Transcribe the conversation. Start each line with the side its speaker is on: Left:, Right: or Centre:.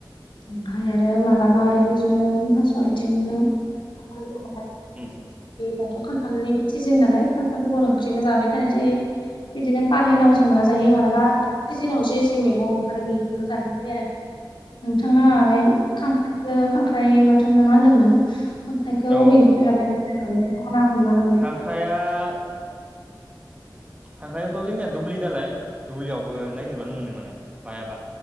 Left: ओमफ्राय आरो मालाबा आरो बिदिनो थास' आथिंजों <unintelligible> बे
Right: उम
Left: दाथ' खान्थालनि सिजन नालाय खान्थाल बेगर ओंख्रिबो जाबाय थानाय जायो। बिदिनो फानिलावजों
Right: अ
Left: ना जायो मालाबा दाखालि दिनाव जे जे मैगं
Right: अ
Left: आरो बेखौनो जानाजायो आरो नोंथांङा <unintelligible>
Right: उम
Left: खांख्राइखौ खांख्राइ बाथोन ना मा होन्दोंमोन खांख्राइखौ
Right: औ
Left: अबेनिफ्राय <unintelligible> <unintelligible>
Right: ख्राया खांख्रायआथ' जोंनिया दुब्लि नालाय दुब्लियावबो नायगिरबानो मोनो माने। बायाबा